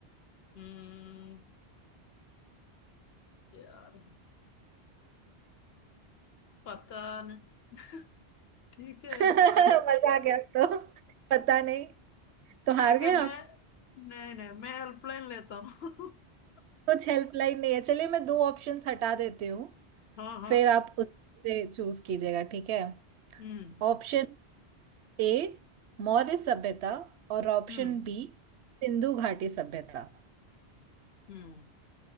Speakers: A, on the left; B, on the right.
A: हम्म यार पता नहीं <laughs> ठीक है
B: <laughs>
A: एक बार
B: मजा आ गया तो पता नहीं तो
A: ठीक
B: हार गए
A: है मैं
B: आप
A: नहीं नहीं मैं हेल्पलाइन लेता हूँ <laughs>
B: कुछ हेल्पलाइन नहीं है चलिए मैं दो ऑप्शंस हटा देती हूँ
A: हाँ हाँ
B: फिर आप उससे चूज कीजिएगा ठीक है
A: हम्म
B: ऑप्शन ए मौर्य सभ्यता और ऑप्शन
A: हम्म
B: बी सिंधु घाटी सभ्यता
A: हम्म